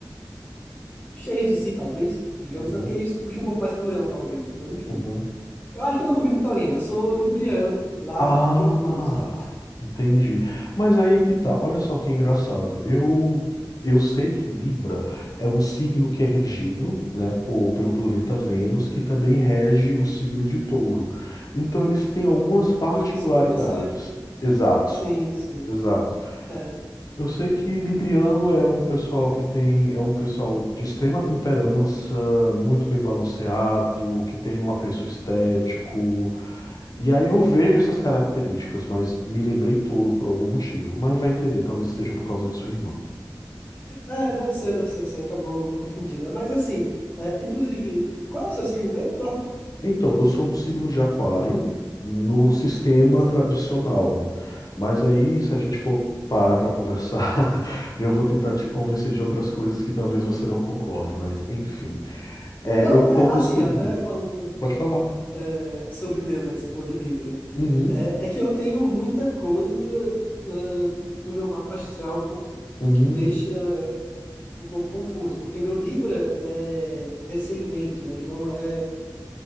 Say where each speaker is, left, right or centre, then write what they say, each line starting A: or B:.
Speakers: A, on the left (about 20°); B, on the left (about 55°).
A: cheias de si, talvez, digamos.
B: Uhum,
A: É porque isso puxa um pouco mais pro leão, talvez, né? Mas enfim.
B: uhum.
A: Eu acho que eu não combino com taurino. Eu sou libriano, lá
B: Ah,
A: de outubro, sabe?
B: entendi. Mas aí é que tá. Olha só que engraçado. Eu eu sei que Libra é um signo que é regido, né, por, pelo planeta Vênus, que também rege o signo de Touro. Então eles têm algumas particularidades.
A: Por isso que você...
B: Exato,
A: Sim, sim.
B: exato.
A: É,
B: Eu sei que Libriano é um pessoal que tem, é um pessoal de extrema temperança, muito bem balanceado, que tem um apreço estético. E aí eu vejo essas características, mas me lembrei touro por algum motivo, mas vai entender, talvez seja por causa de sua irmã.
A: é deve ser, deve ser. Você acabou confundindo. né? Mas assim, é, inclusive... Qual é o seu signo mesmo, Eduardo?
B: Então, eu sou do signo de Aquário no sistema
A: Sim.
B: tradicional, mas aí se a gente for parar para conversar, <laughs> eu vou tentar te convencer de outras coisas que talvez você não concorde, mas enfim. É,
A: Não,
B: eu
A: é
B: sou
A: assim,
B: do signo.
A: até falando...
B: Pode falar.
A: é, sobre o meu, né, que você falou de Libra.
B: Uhum.
A: É, é que eu tenho muita coisa, hum, no meu mapa astral
B: Hum,
A: que deixa um pouco confuso, porque meu Libra é descendente, né? Ele não é